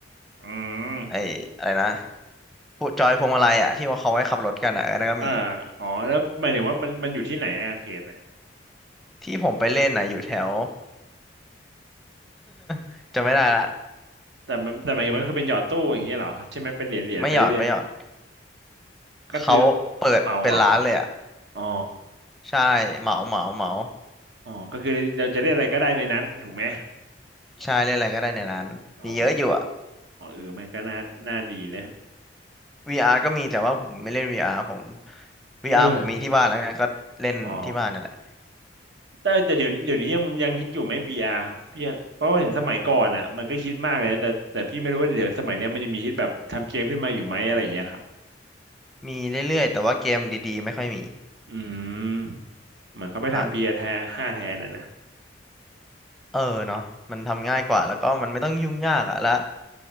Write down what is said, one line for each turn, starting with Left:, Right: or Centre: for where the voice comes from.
Right: อืม
Centre: ไอ้อะไรนะ พูจอยพวงมาลัยอ่ะที่ว่าเขาไว้ขับรถกันอ่ะเออนั่นก็มี
Right: อ่าอ๋อแล้วหมายถึงว่ามันมันอยู่ที่ไหนอะอาเขตนะ
Centre: ที่ผมไปเล่นอ่ะอยู่แถว <laughs> จะไม่ได้ละ
Right: แต่มันแต่หมายถึงมันคือเป็นหยอดตู้อย่างเงี้ยเหรอใช่ไหมเป็นเหรียญเหรียญไปเรื่อย
Centre: ไม่หยอดไม่หยอด
Right: ๆก็คือ
Centre: เขาเปิดเป็นร้านเลยอ่ะ
Right: เมาเอาอ๋อ
Centre: ใช่เหมาเหมาเหมา
Right: อ๋อก็คือเราจะได้อะไรก็ได้ในนั้นถูกไหม
Centre: ใช่เล่นอะไรก็ได้ในร้านมีเยอะอยู่อ่ะ
Right: อ๋ออ๋อเออมันก็น่าน่าดีนะ
Centre: VR ก็มีแต่ว่าผมไม่เล่น VR ผม VR
Right: เออ
Centre: ผมมีที่บ้านแล้วไงก็เล่นที่บ้านนั่นแหละ
Right: อ๋อ แต่แต่เดี๋ยวเดี๋ยวนี้ยังยังคิดอยู่ไหม VR พี่อะเพราะว่าเห็นสมัยก่อนอ่ะมันก็คิดมากเลยนะแต่แต่พี่ไม่รู้ว่าเดี๋ยวสมัยเนี้ยมันยังมีคิดแบบทำเกมขึ้นมาอยู่ไหมอะไรอย่างเงี้ยครับ
Centre: มีเรื่อยๆแต่ว่าเกมดีๆไม่ค่อยมี
Right: อืมเหมือนเขาไปทำ
Centre: อ่ะ
Right: VR แทนห้าแทนนะนะ
Centre: เออเนาะมันทำง่ายกว่าแล้วก็มันไม่ต้องยุ่งยากอ่ะแล้ว